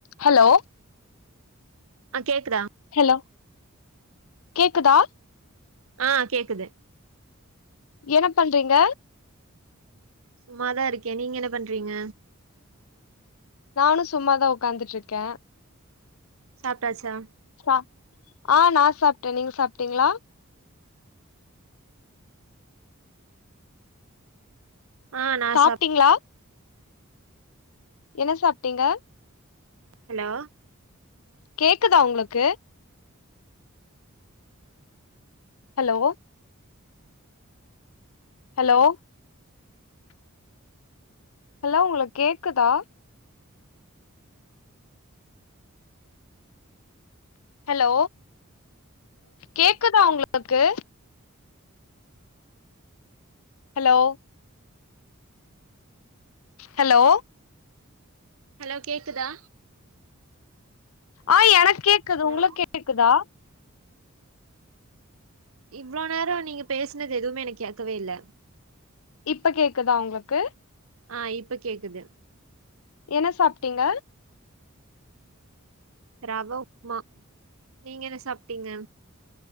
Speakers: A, on the left (about 80°); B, on the right (about 75°).
A: Hello
B: ஆ கேக்குதா
A: hello கேக்குதா
B: ஆஹ் கேக்குது
A: என பண்றீங்க
B: சும்மாதா இருக்கே நீங்க என்ன பண்றீங்க
A: நானு சும்மாதா ஒக்காந்துட்ருக்கே
B: சாப்ட்டாச்சா
A: ஹ நா சாப் நீங்க சாப்டீங்களா
B: ஆ நா
A: சாப்டீங்ளா
B: சாப்
A: என்ன சாப்டீங்க
B: ஹலோ
A: கேக்குதா உங்ளுக்கு ஹலோ ஹலோ ஹலோ உங்ளுக்கேக்குதா ஹலோ கேக்குதா உங்ளு <unintelligible> ஹலோ ஹலோ
B: ஹலோ கேக்குதா
A: ஆஹ் எனக்கேக்குது
B: ஹலோ
A: உங்ளுக்கேக்குதா
B: இவ்ளோ நேர நீங்க பேசுனது எதுவுமே எனக் கேக்கவே இல்ல
A: இப்ப கேக்குதா உங்களுக்கு
B: ஆஹ் இப்ப கேக்குது
A: என்ன சாப்டீங்க
B: ரவ உப்மா நீங்க என சாப் ட்டீங்க